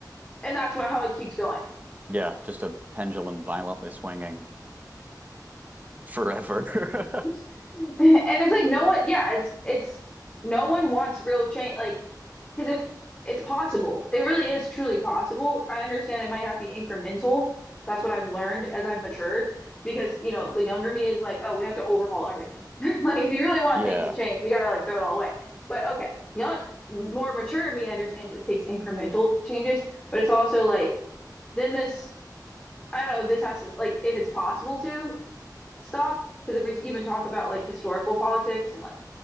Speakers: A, on the left; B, on the right.
A: and that's what how it keeps going.
B: yeah, just a pendulum violently swinging forever. <laughs>
A: <laughs> And it's like no one, yeah, it's it's no one wants real change, like because if it's possible, it really is truly possible. I understand it might have to be incremental. That's what I've learned as I've matured, because you know the younger me is like, oh, we have to overhaul everything. <laughs> Like if you really want
B: Yeah,
A: things to change, we gotta like throw it all away. But okay, young, more mature me understands it takes incremental changes, but it's also like then this. I don't know if this has to like if it's possible to stop because if we even talk about like historical politics and like